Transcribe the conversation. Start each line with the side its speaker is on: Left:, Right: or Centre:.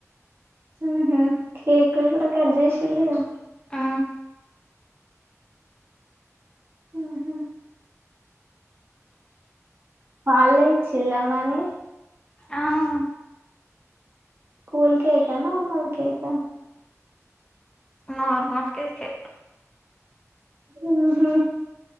Right: ఉహు కేకులు కూడా కట్ చేషిల్లు ఇగ
Left: ఆ
Right: ఉహు వాల్లే ఇచ్చిల మని
Left: ఆ
Right: కూల్ కేకా, నార్మల్ కేకా?
Left: నర్మాల్ కేకే
Right: ఉహు